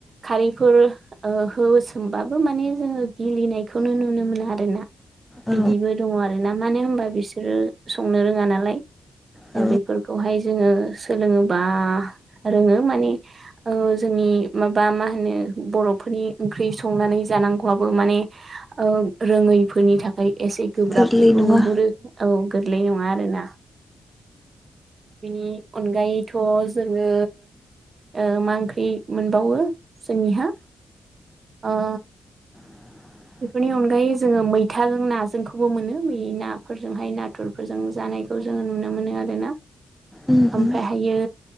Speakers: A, on the right (about 45°); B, in the centre.
A: खारैफोर ओ होसोमबा बाबो माने जोङो गिलिनायखौनो नुनो मोनो आरोना बिदिबो
B: औ
A: दङ आरोना मानो होनबा बिसोरो संनो रोङा नालाय
B: औ
A: दा बेफोरखौहाय जोङो सोलोङोबा रोङो माने ओ जोंनि माबा मा होनो बर'फोरनि ओंख्रि संनानै जानांगौआबो माने ओ रोङै फोरनि थाखाय एसे गोब्राब
B: गोरलै
A: बेखौ
B: नङा
A: नुहुरो औ गोरलै नङा आरोना बेनि अनगायैथ' जोङो ओ मा ओंख्रि मोनबावो जोंनिहा ओ
B: <inaudible>
A: बेफोरनि अनगायै जोङो मैथाजों नाजोंखौबो मोनो बेै नाफोरजोंहाय नाथुरफोरजों जानायखौ खौ जोङो नुनो मोनो आरोना
B: उम उम
A: ओमफ्राय हाययो